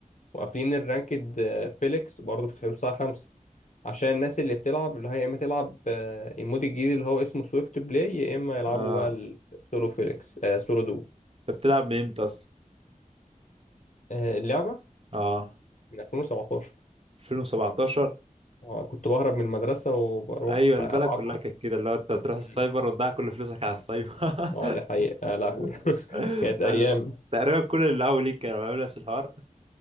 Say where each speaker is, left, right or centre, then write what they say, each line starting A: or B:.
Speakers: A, on the left; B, on the right.
A: وقافلين الرانكد آه، فيليكس برضه بيفتحوه الساعه 5 عشان الناس اللي بتلعب اللي هي يا اما تلعب آه، المود الجديد اللي هو اسمه سويفت بلاي يا اما يلعبوا
B: اه
A: بقى السولو فيليكس آه سولو دو
B: انت بتلعب من امتى اصلا
A: آه اللعبة
B: اه
A: من 2017
B: 2017
A: آه كنت بهرب من المدرسة وبروح
B: ايوه البلد
A: آه، ألعبها
B: كلها كانت كده اللي هو انت تروح
A: مم.
B: السايبر وتضيع كل فلوسك على السايبر
A: اه دي حقيقة
B: <laughs>
A: يا لهوي
B: ال-
A: <laughs> كانت أيام
B: ال- تقريبا كل اللي اول ليك كانوا بيعملوا نفس الحوار